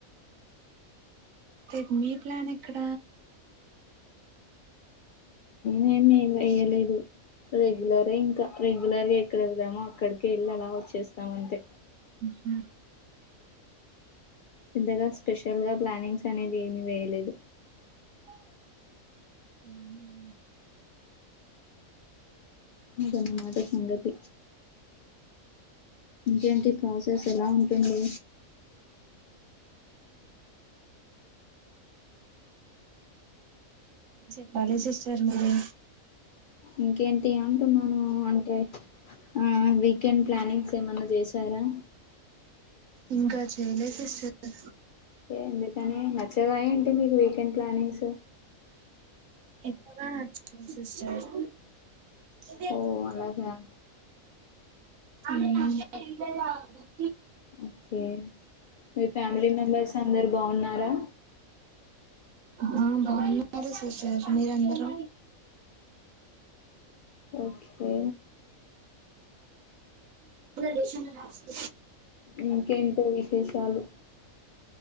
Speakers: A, on the right; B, on the left.
A: రేపు మి ప్లాన్ ఎక్కడ
B: నమి ఎలే ఇదు రెగ్యులర్ ఇంకా రెగ్యులర్గా ఎక్కడ వెళ్దామో అక్కడిక వెళ్ళి అలా వచ్చేస్తామ అంతే
A: హ
B: ఇంతగా స్పెషల్ గా ప్లానింగ్స్ అనేది ఏమి వేయలేదు
A: అ
B: అదన్న మాట సంగతి ఇంకేంటి ప్రాసెస్ ఎలా ఉంటుంది
A: చెప్పాలి సిస్టర్ మీరు
B: ఇంకేంటి అది అంటున్నాను అంటే ఆ వీకెండ్ ప్లానింగ్స్ ఏమన్నా చేసారా
A: ఇంకా చేయలేసిస్టర్
B: ఎందుకని నచ్చగాయంంటి మీకు వీకెండ్ ప్లానింగ్స్
A: ఎక్క అచ్చ సిస్టర్ ఆ
B: ఓ అలాగా
A: బాగున్నారు
B: ఓకే మీ ఫ్యామిలీ మెంబర్స్ అందరు బాగున్నారా
A: ఆ బాగున్నారు సిస్టర్ మీరుందరూ
B: ఓకే
A: దేశాంలో రాష్ట
B: ఇంకేంటివిశేషాలు